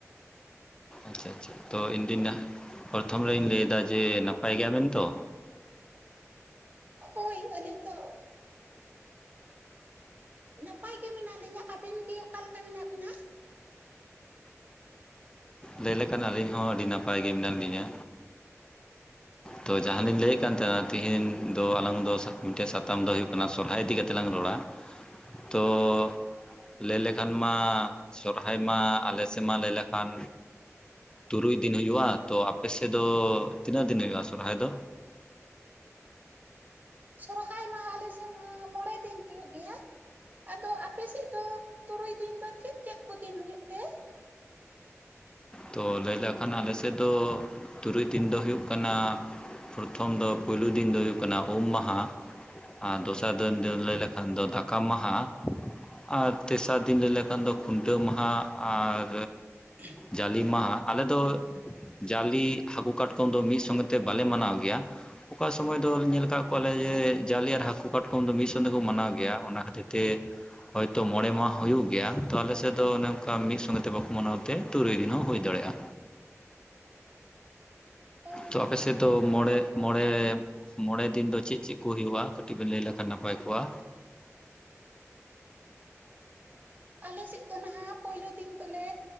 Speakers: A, on the left; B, on the right.
A: ᱟᱪᱪᱷᱟ ᱟᱪᱪᱷᱟ ᱛᱚ <unintelligible> ᱯᱚᱨᱚᱛᱷᱚᱢ ᱨᱮᱧ ᱞᱟᱹᱭᱮᱫᱟ ᱡᱮ ᱱᱟᱯᱟᱭ ᱜᱮᱭᱟᱵᱤᱱ ᱛᱚ?
B: ᱦᱳᱭ ᱟᱹᱞᱤᱧ ᱫᱚ ᱱᱟᱯᱟᱭ ᱜᱮ ᱢᱮᱱᱟᱜ ᱞᱤᱧᱟᱹ ᱟᱵᱮᱱ ᱜᱤ ᱚᱠᱟᱞᱮᱠᱟ ᱢᱮᱱᱟᱜ ᱵᱤᱱᱟ?
A: ᱞᱟᱹᱭ ᱞᱮᱠᱷᱟᱱ ᱟᱹᱞᱤᱧ ᱦᱚᱸ ᱟᱹᱰᱤ ᱱᱟᱯᱟᱭ ᱜᱮ ᱢᱮᱱᱟᱜ ᱞᱤᱧᱟ ᱛᱳ ᱡᱟᱦᱟᱸ ᱞᱤᱧ ᱞᱟᱹᱭᱮᱫ ᱠᱟᱱ ᱛᱟᱦᱮᱱᱟ ᱛᱮᱦᱮᱧ ᱫᱚ ᱟᱞᱟᱝ ᱫᱚ ᱢᱤᱫᱴᱮᱱ ᱥᱟᱛᱟᱢ ᱫᱚ ᱦᱩᱭᱩᱜ ᱠᱟᱱᱟ ᱥᱚᱨᱦᱟᱭ ᱤᱫᱤ ᱠᱟᱛᱮ ᱞᱟᱝ ᱨᱚᱲᱟ ᱛᱚᱻ ᱞᱟᱹᱭ ᱞᱮᱠᱷᱟᱱ ᱢᱟ ᱥᱚᱨᱦᱟᱭ ᱢᱟ ᱟᱞᱮ ᱥᱮᱫ ᱢᱟ ᱞᱟᱹᱭ ᱞᱮᱠᱷᱟᱱ ᱛᱩᱨᱩᱭ ᱫᱤᱱ ᱦᱩᱭᱩᱜᱼᱟ, ᱛᱚ ᱟᱯᱮ ᱥᱮᱫ ᱫᱚ ᱛᱤᱱᱟᱹᱜ ᱫᱤᱱ ᱦᱩᱭᱩᱜᱼᱟ ᱥᱚᱨᱦᱟᱭ ᱫᱚ?
B: ᱥᱚᱨᱦᱟᱭ ᱢᱟ ᱟᱞᱮ ᱥᱮᱫ ᱢᱟ ᱢᱚᱬᱮ ᱫᱤᱱ ᱦᱩᱭᱩᱜ ᱜᱮᱭᱟ ᱟᱫᱚ ᱟᱯᱮᱥᱮᱫ ᱫᱚ ᱛᱩᱨᱩᱭ ᱫᱤᱱ ᱫᱚ ᱪᱮᱫ ᱪᱮᱫ ᱠᱚ ᱫᱤᱱ ᱦᱩᱭᱩᱜ ᱛᱮ?
A: ᱛᱚ ᱞᱟᱹᱭ ᱞᱮᱠᱷᱟᱱ ᱟᱞᱮ ᱥᱮᱫ ᱫᱚ ᱛᱩᱨᱩᱭ ᱫᱤᱱ ᱫᱚ ᱦᱩᱭᱩᱜ ᱠᱟᱱᱟ ᱯᱨᱚᱛᱷᱚᱢ ᱫᱚ ᱯᱳᱭᱞᱳ ᱫᱤᱱ ᱫᱚ ᱦᱩᱭᱩᱜ ᱠᱟᱱᱟ ᱩᱢ ᱢᱟᱦᱟ ᱟᱨ ᱫᱚᱥᱟᱨ ᱫᱤᱱ ᱫᱚ ᱞᱟᱹᱭ ᱞᱮᱠᱷᱟᱱ ᱫᱚ ᱫᱟᱠᱟ ᱢᱟᱦᱟ ᱟᱨ ᱛᱮᱥᱟᱨ ᱫᱤᱱ ᱞᱟᱹᱭ ᱞᱮᱠᱷᱟᱱ ᱫᱚ ᱠᱷᱩᱱᱴᱟᱹᱣ ᱢᱟᱦᱟ ᱟᱨ
B: <unintelligible>
A: ᱡᱟᱞᱮ ᱢᱟᱦᱟ ᱟᱞᱮ ᱫᱚ ᱡᱟᱞᱮ ᱦᱟᱹᱠᱩ ᱠᱟᱴᱠᱚᱢ ᱫᱚ ᱢᱤᱫ ᱥᱚᱸᱜᱮ ᱛᱮ ᱵᱟᱞᱮ ᱢᱟᱱᱟᱣ ᱜᱮᱭᱟ ᱚᱠᱟ ᱥᱚᱢᱚᱭ ᱫᱚ ᱧᱮᱞ ᱟᱠᱟᱫ ᱠᱚᱣᱟᱞᱮ ᱡᱮ ᱡᱟᱞᱮ ᱟᱨ ᱦᱟᱹᱠᱩ ᱠᱟᱴᱠᱚᱢ ᱫᱚ ᱢᱤᱫ ᱥᱚᱝ ᱛᱮᱠᱚ ᱢᱟᱱᱟᱣ ᱜᱮᱭᱟ ᱚᱱᱟ ᱠᱷᱟᱹᱛᱤᱨ ᱛᱮ ᱦᱚᱭᱛᱚ ᱢᱚᱬᱮ ᱢᱟᱦᱟ ᱦᱩᱭᱩᱜ ᱜᱮᱭᱟ ᱛᱚ ᱟᱞᱮᱥᱮᱫ ᱫᱚ ᱚᱱᱮ ᱚᱱᱠᱟ ᱢᱤᱫ ᱥᱚᱸᱜᱮ ᱛᱮ ᱵᱟᱠᱚ ᱢᱟᱱᱟᱣ ᱛᱮ ᱛᱩᱨᱩᱭ ᱫᱤᱱ ᱦᱚᱸ ᱦᱩᱭ ᱫᱟᱲᱮᱭᱟᱜᱼᱟ
B: ᱚ
A: ᱛᱚ ᱟᱯᱮ ᱥᱮᱫ ᱫᱚ ᱢᱚᱬᱮ ᱢᱚᱬᱮ ᱢᱚᱬᱮ ᱫᱤᱱ ᱫᱚ ᱪᱮᱫ ᱪᱮᱫ ᱠᱚ ᱦᱩᱭᱩᱜᱼᱟ ᱠᱟᱹᱴᱤᱡ ᱵᱮᱱ ᱞᱟᱹᱭ ᱞᱮᱠᱷᱟᱱ ᱱᱟᱯᱟᱭ ᱠᱚᱜᱼᱟ
B: ᱟᱞᱮᱥᱮᱫ ᱫᱚ ᱱᱟᱦᱟᱜ ᱯᱳᱭᱞᱳ ᱫᱤᱱ ᱫᱚᱞᱮ